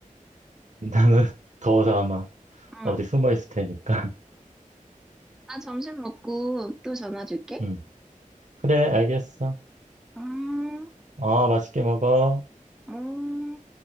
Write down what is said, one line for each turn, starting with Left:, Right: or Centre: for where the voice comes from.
Right: <laughs> 나는 더워서 아마
Centre: 응.
Right: 어디 숨어 있을 테니까.
Centre: 나 점심 먹고 또 전화 줄게.
Right: <laughs> 음, 그래, 알겠어.
Centre: 음.
Right: 어, 맛있게 먹어.
Centre: 음.